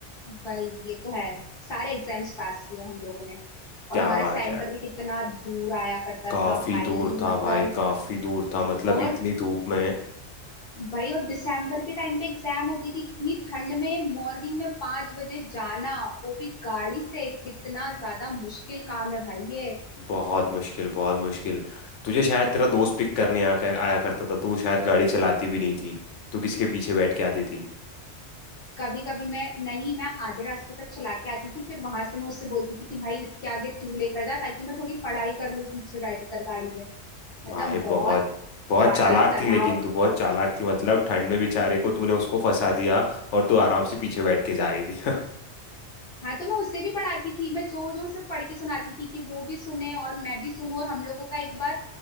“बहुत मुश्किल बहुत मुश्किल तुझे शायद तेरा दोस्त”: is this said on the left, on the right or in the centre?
Left